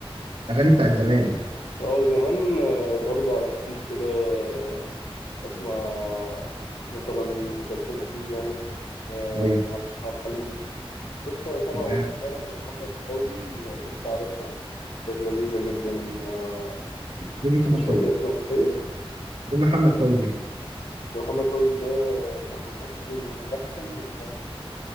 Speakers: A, on the right; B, on the left.
A: اغاني بتاعت زمان
B: اه زمان آه، برضو على خفيف كده آه، اسمع آه، مثلا ام كلثوم اكيد يعني آه،
A: ايوه
B: عبد الحليم لسه سامع
A: تمام
B: اغنيه امبارح لمحمد فوزي آه، لسه عارفها كانت لذيذه جدا آه،
A: مين
B: بس
A: محمد
B: مش
A: فوزي
B: فاكر اسمها ايه
A: مين محمد فوزي
B: ده محمد فوزي ده كان ممثل وملحن ومغني